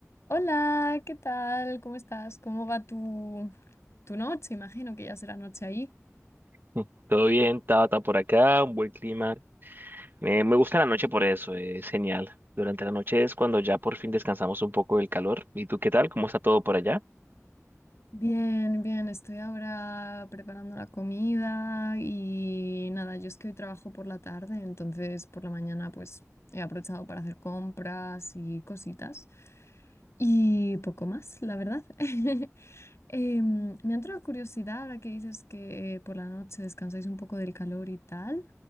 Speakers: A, on the left; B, on the right.
A: Hola, ¿qué tal? ¿Cómo estás? ¿Cómo va tu, tu noche? Imagino que ya será noche ahí.
B: Mm, Todo bien, Tata por acá, un buen clima. Me, me gusta la noche por eso, eh, es genial. Durante la noche es cuando ya por fin descansamos un poco del calor. ¿Y tú qué tal? ¿Cómo está todo por allá?
A: Bien, bien, estoy ahora preparando la comida y nada, yo es que hoy trabajo por la tarde, entonces por la mañana pues he aprovechado para hacer compras y cositas y poco más, la verdad. <laughs> Em, me ha entrado curiosidad ahora que dices que eh, por la noche descansáis un poco del calor y tal.